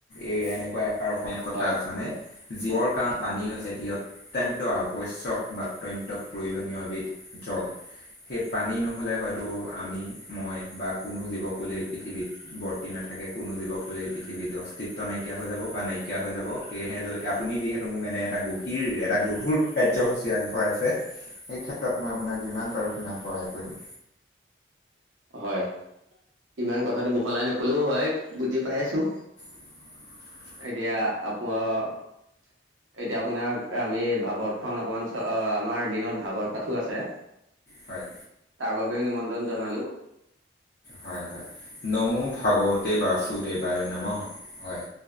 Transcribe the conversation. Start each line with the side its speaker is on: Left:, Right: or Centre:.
Left: এই এনেকুৱা এষাৰ অসমীয়াত কথা
Right: হয়
Left: আছানে? জীৱৰ কাৰণ পানী হৈছেটি অত্যন্ত আৱশ্যয়ক বা অত্যন্ত প্ৰয়োজনীয় এবিধ দৰ সেই পানী নহ'লে হয়তো আমি মই বা কোনো জীৱকুলেই পৃথিবীত বৰ্তি নাথাকে কোনো জীৱকুলেই পৃথিৱী অস্তিত্ব নাইকিয়া হৈ যাব বা নাই নাইকীয়া হৈ যাব। সেয়েহে লৈ আপুনি যিহেতু মোক এনে এটা গভীৰ এটা গোট ভুল কাৰ্যসূচী আগবঢ়াইছে। এই ক্ষেত্ৰত মই আপোনাক যিমান পাৰোঁ, সিমান সহায় কৰিম।
Right: হয়, ইমান কথাটো বহলাই নকলেও হয়, বুজি পাইছোঁ।
Left: <inaudible>
Right: এতিয়া, <unintelligible> এতিয়া আপোনাৰ আহ আমি ভাগৱতখন অকণমান আমাৰ দিনত ভাগৱত পাঠো আছে।
Left: হয়,
Right: তাৰ বাবেও নিমন্ত্ৰণ জনালোঁ।
Left: হয়, হয়, নমো ভগৱতে বাসুদেৱায় নমঃ হঃ।